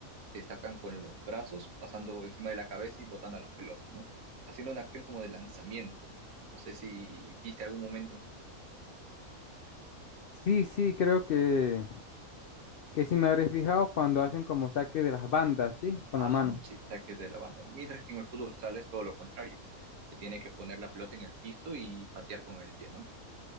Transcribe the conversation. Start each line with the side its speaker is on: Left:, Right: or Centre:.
Right: destacan con los brazos, pasando encima de la cabeza y botando a las pelotas, ¿no? Haciendo una acción como de lanzamiento. No sé si viste algún momento.
Left: Sí, sí, creo que, que sí me habré fijado cuando hacen como saque de las bandas, ¿sí? Con
Right: Ajá,
Left: la mano.
Right: sí, saques de la banda. Mientras que en el fútbol sala es todo lo contrario. Te tiene que poner la pelota en el piso y patear con el pie, ¿no?